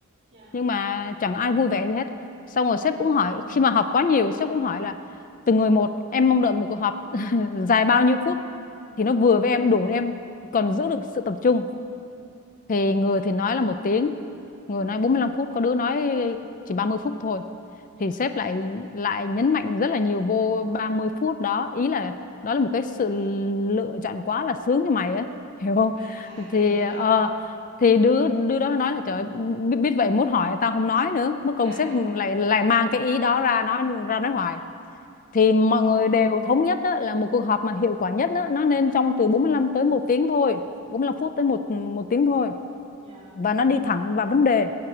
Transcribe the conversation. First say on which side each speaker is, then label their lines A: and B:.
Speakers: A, on the right; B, on the left.
A: Dạ.
B: nhưng mà chẳng ai vui vẻ gì hết xong rồi sếp cũng hỏi khi mà họp quá nhiều sếp cũng hỏi là từng người một em mong đợi một cuộc họp <laughs> dài bao nhiêu phút thì nó vừa với em đủ để em còn giữ được sự tập trung thì người thì nói là một tiếng người nói bốn mươi lăm phút có đứa nói chỉ 30 phút thôi
A: dạ.
B: thì sếp lại lại nhấn mạnh rất là nhiều vô 30 phút đó ý là đó là một cái sự lựa chọn quá là sướng cho mày á <laughs> hiểu không
A: À, dạ
B: thì
A: hiểu
B: ờ,
A: rồi.
B: thì đứa đứa đó nói là trời ơi, biết, biết vậy mốt hỏi tao không nói nữa mất công
A: À,
B: sếp lại lại mang cái ý đó ra nói ra nói hoài
A: ừ,
B: thì mọi người đều thống nhất á, là một cuộc họp mà hiệu quả nhất á, nó nên trong từ 45 tới một tiếng thôi 45 phút tới một một tiếng thôi
A: dạ.
B: và nó đi thẳng vào vấn đề